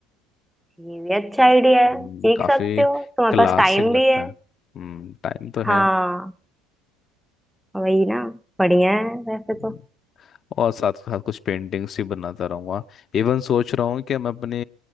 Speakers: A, in the centre; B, on the left (about 40°).
A: ये भी अच्छा आइडिया है
B: हम्म,
A: सीख
B: काफी
A: सकते हो तुम्हारे
B: क्लासिक
A: पास टाइम
B: लगता
A: भी है
B: है टाइम तो
A: हाँ
B: है
A: वही ना बढ़िया है वैसे
B: हम्म।
A: तो
B: और साथ साथ कुछ पेंटिंग्स भी बनाता रहूँगा इवन सोच रहा हूँ कि मैं अपने